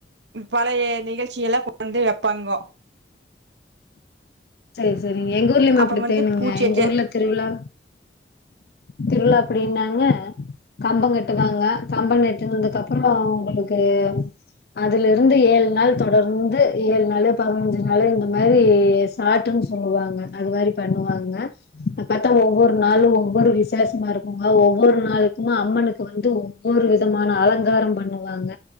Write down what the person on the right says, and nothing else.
பழைய நிகழ்ச்சிகெல்லா கொண்டாந்து வைப்பாங்கோ
அப்புறம்
வந்து பூச்செட்டு